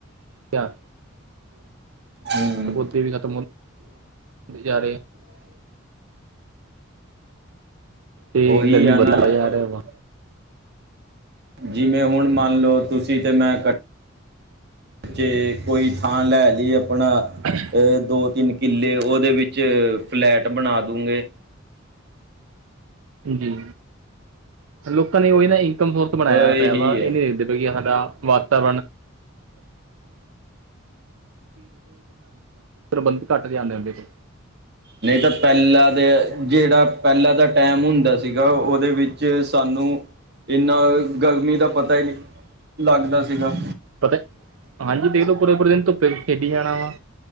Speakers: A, on the right; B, on the right.
A: ਏ।
B: ਹੂੰ
A: ਪੌਦੇ ਵੀ ਖਤਮ ਹੁੰਦੇ ਜਾ ਰਹੇ ਆ। ਤੇ
B: ਉਹੀ
A: ਗਰਮੀ
B: ਆ ਨਾ
A: <unintelligible> ਰਿਹਾ ਵਾ।
B: ਜਿਵੇਂ ਹੁਣ ਮੰਨ ਲਓ ਤੁਸੀ ਤੇ ਮੈਂ ਕ ਜੇ ਕੋਈ ਥਾਂ ਲੈ ਲਈ ਆਪਣਾ।
A: <inaudible>
B: ਦੋ-ਤਿੰਨ ਕਿੱਲੇ। ਉਹਦੇ ਵਿੱਚ ਫਲੈਟ ਬਣਾ ਦੂਗੇ।
A: ਜੀ। ਲੋਕਾਂ ਨੇ ਉਹੀ ਨਾ ਇਨਕਮ ਸੋਰਸ ਬਣਾਇਆ
B: ਬ ਇਹੀ
A: ਪਿਆ ਵਾ। ਇਹ
B: ਹੈ
A: ਨਹੀ ਦੇਖਦੇ ਪਏ ਕਿ ਸਾਡਾ ਵਾ ਲ <unintelligible> ਬੰ ਘੱਟ ਆਉਦੇਦੇ <unintelligible>
B: ਨਹੀਂ ਤਾਂ ਪਹਿਲਾਂ ਦੇ ਜਿਹੜਾ ਪਹਿਲਾਂ ਦਾ ਟਾਈਮ ਹੁੰਦਾ ਸੀਗਾ। ਉਹਦੇ ਵਿੱਚ ਸਾਨੂੰ ਇੰਨਾ ਗਰਮੀ ਦਾ ਪਤਾ ਨੀ ਲੱਗਦਾ ਸੀਗਾ।
A: ਪਤਾ ਹਾਂਜੀ। ਦੇਖਲੋ ਪੂਰੇ-ਪੂਰੇ ਦਿਨ ਧੁੱਪੇ ਖੇਡੀ ਜਾਣਾ ਵਾ।